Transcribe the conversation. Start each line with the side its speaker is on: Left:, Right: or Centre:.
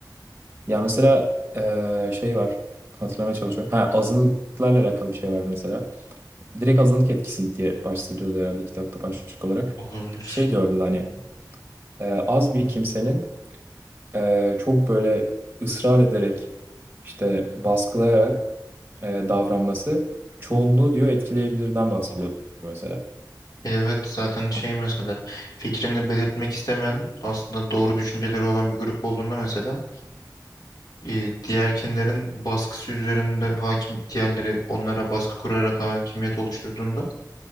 Right: Ya mesela eee, şey var. Hatırlamaya çalışıyorum. Ha azınlıklarla alakalı bir şey vardı mesela. direkt azınlık etkisi diye başlıyordu herhalde kitapta başlık olarak.
Left: Olabilir.
Right: Şey diyordu da hani e, az bir kimsenin e, çok böyle ısrar ederek işte baskılayarak e, davranması çoğunluğu diyor etkileyebilirden bahsediyordu mesela.
Left: E, Evet zaten şey
Right: Ha,
Left: mesela fikrini belirtmek istemeyen aslında doğru düşünceleri olan bir grup olduğunda mesela e, diğerkinlerin baskısı üzerinde hakim diğerleri onlara baskı kurarak hakimiyet oluşturduğunda